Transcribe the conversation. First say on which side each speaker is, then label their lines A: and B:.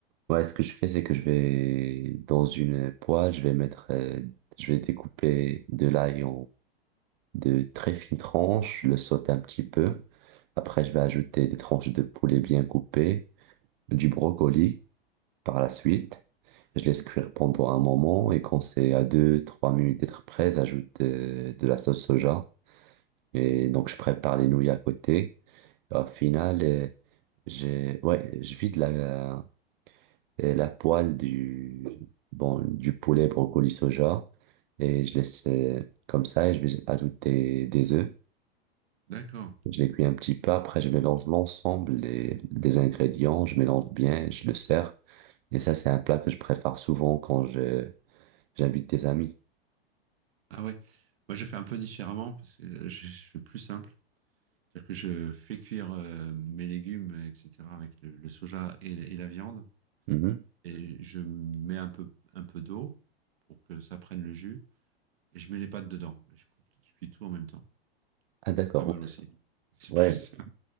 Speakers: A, on the right; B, on the right.
A: Ouais, ce que je fais, c'est que je vais dans une poêle, je vais mettre, euh, je vais découper de l'ail de très fines tranches, je le saute un petit peu. Après, je vais ajouter des tranches de poulet bien coupées, du brocoli par la suite. Je laisse cuire pendant un moment et quand c'est à deux, trois minutes d'être prêt, j'ajoute euh, de la sauce soja. Et donc, je prépare les nouilles à côté. Au final, euh, j'ai, ouais, je vide la, euh, la poêle du, bon, du poulet brocoli soja et je laisse euh, comme ça et je vais ajouter des œufs.
B: D'accord.
A: Je les cuis un petit peu, après je mélange l'ensemble les- des ingrédients, je mélange bien, je le sers. Et ça, c'est un plat que je prépare souvent quand je j'invite des amis.
B: Ah ouais. Moi, je fais un peu différemment parce que je, je fais plus simple. C'est-à-dire que je fais cuire euh, mes légumes, etc., avec le, le soja et, et la viande.
A: Mhm.
B: Et je mets un peu, un peu d'eau pour que ça prenne le jus. Et je mets les pâtes dedans. Et je, cou- je cuis tout en même temps.
A: Ah d'accord,
B: C'est pas mal aussi. C'est
A: ouais.
B: plus. <laughs>